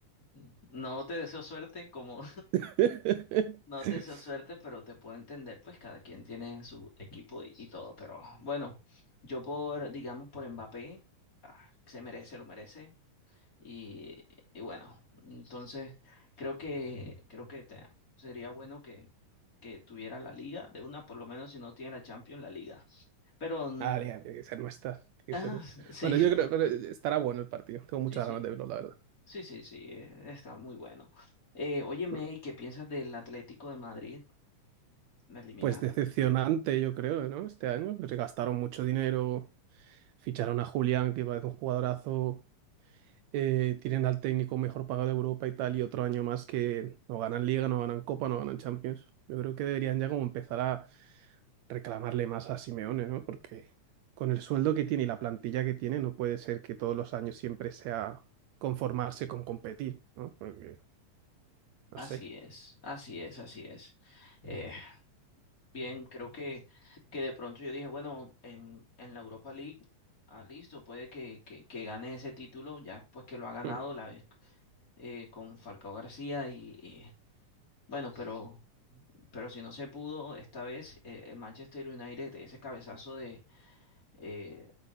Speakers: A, on the left; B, on the right.
A: mm, no te deseo suerte como
B: <laughs>
A: No te deseo suerte, pero te puedo entender, pues cada quien tiene su equipo y, y todo, pero ah, bueno, yo por, digamos, por Mbappé, ah, se merece, lo merece, y, y bueno, entonces creo que, creo que te- sería bueno que, que tuviera la liga, de una por lo menos si no tiene la Champions, la liga, pero, mm,
B: Ah, liga, tiene que ser nuestra. tiene que
A: ah,
B: ser nuestra.
A: sí,
B: Bueno, yo
A: <laughs>
B: creo que estará bueno el partido. Tengo muchas
A: sí, sí,
B: ganas de verlo, la verdad.
A: sí, sí, sí, eh, está muy bueno. Eh, óyeme,
B: Mm.
A: ¿y qué piensas del Atlético de Madrid? La
B: Pues decepcionante, yo creo, ¿no? Este año, porque gastaron mucho dinero, ficharon a Julián, que parece un jugadorazo, eh, tienen al técnico mejor pagado de Europa y tal, y otro año más que no ganan Liga, no ganan Copa, no ganan Champions. Yo creo que deberían ya como empezar a reclamarle más a Simeone, ¿no? Porque con el sueldo que tiene y la plantilla que tiene, no puede ser que todos los años siempre sea conformarse con competir, ¿no? Porque, no
A: Así
B: sé,
A: es, así es, así es. Eh, bien, creo que, que de pronto yo dije, bueno, en, en la Europa League, ah, listo, puede que, que, que gane ese título, ya pues que lo ha ganado
B: mm,
A: la vez eh, con Falcao García y, y, bueno, pero, pero si no se pudo esta vez, eh, el Manchester United, ese cabezazo de, eh,